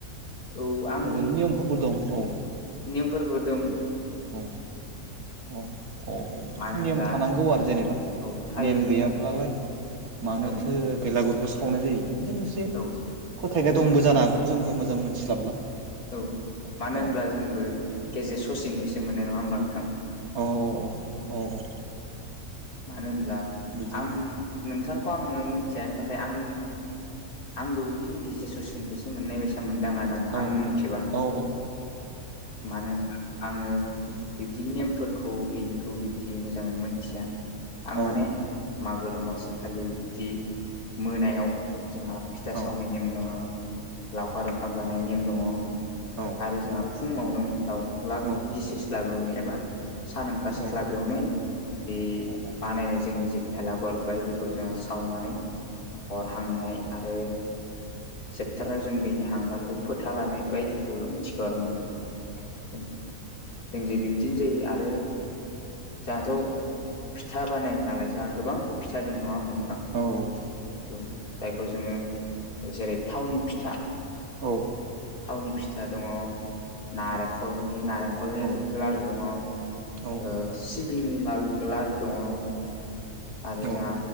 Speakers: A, on the left (about 85°); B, on the right (about 75°).
A: औ आं
B: गोदोनि नियमफोरबो दं औ
A: नेमफोरबोदों
B: औ औ औ औ
A: मानो होनब्ला
B: निम थानांगौ आरो जेनेबा
A: औ थायो
B: नेम
A: नोंथां
B: गैयाब्लालाय मानोथो
A: औ
B: बेलागुरखौ सावनाय जायो। बिदि मोनसे
A: औ
B: फोथायनाय
A: बेबो
B: दंबो
A: मोनसे
B: जानो हागौ जोंबो मोजां
A: औ
B: मोनथिस्लाबला
A: औ मानो
B: औ
A: होमब्ला जोंबो गेजेर ससेनिफ्रायसो मोननाय नङा होमब्ला नोंथां।
B: औ औ औ औ।
A: मानो होनब्ला
B: बिदिनो
A: आं नोंथांखौ आङो मिथिया नाथाय आं आंबो बिबदिनो गेजेर ससेनिफ्रायसो मोननाय बायसा मोनदां आरो। नो
B: औ
A: आंनि मथेबा
B: औ
A: मानो होनाब्ला आङो
B: बि <inaudible>
A: बिब्दि नेमफोरखौ बिनिखौ बिब्दि मोजाङै मोनथिया। आं
B: औ
A: माने मागो दमासि खालि बिद्बि मोनायाव जाहा फिथा
B: औ
A: सावनाय नेम दङ', लावखार ओंखाम जानाय नेम दङ'
B: औ।
A: आरो जोंहा फुङावनो दाउला
B: औ
A: गिसिस्लाबियावनो एबा सान ओंखारस्लाबियावनो
B: औ
A: दि
B: औ
A: बानायनाय जोंनि जि भेलागर बायदिखौ जोङो सावनानै अर हांनाय आरो सेपटाराव जों बेनि हांगारखौ फोथा लानाय बायदिखौ खौल' मिथिखौ आरो ना नोंथां औ जों जे बिब्दिनो जायो आरो जाहाथ' फिथा बानाय नालाय जाहा गोबां फिथा दों नङा होमबा नोंथां।
B: औ औ
A: औ जायखौ जोङो ओ जेरै थावनि फिथा
B: औ
A: थावनि फिथा दङ' नारेखनि नारेंखलनि
B: औ
A: लारु दङ' ओ सि
B: औ औ
A: सिबिंनि लारू दङ' आरो
B: औ
A: जोंहा